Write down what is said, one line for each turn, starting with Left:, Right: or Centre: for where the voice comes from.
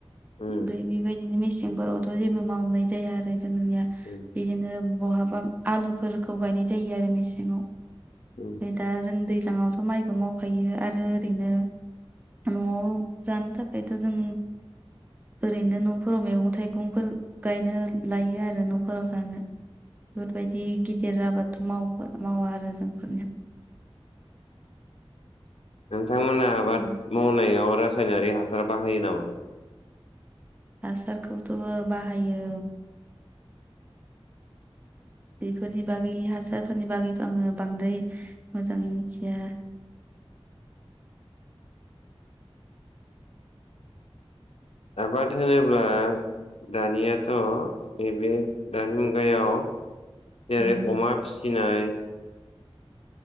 Left: उम
Right: ओमफ्राय बेबायदिनो मेसेंफोरावथ' जेबो मावनाय जाया आरो जोंनिया।
Left: उम
Right: बिदिनो बहाबा आलुफोर खौ गायनाय जायो आरो मेसेंआव
Left: उम
Right: फ्राय दा जों दै सिगाङावथ' माइखौ मावखायो आरो ओरैनो न'आव जानो थाखायथ' जों ओरैनो न'फोराव मैगं थाइगंफोर गायनो लायो आरो न' फोराव जानो बेफोरबायदि गिदिर आबादथ' माव मावा आरो जोंफोरनिया।
Left: <inaudible> नोंथांमोना आबाद
Right: उम
Left: मावनायाव रासायनारि हासार बाहायो नामा?
Right: हासारखौथ' बाहायो। बेफोरनि बागै हासारफोरनि बागैथ' आङो बांद्राय मोजाङै मिथिया।
Left: <inaudible> आबाद होनोब्ला दानियाथ' नैबे दानि मुगायाव जेरै
Right: उम
Left: अमा फि नाय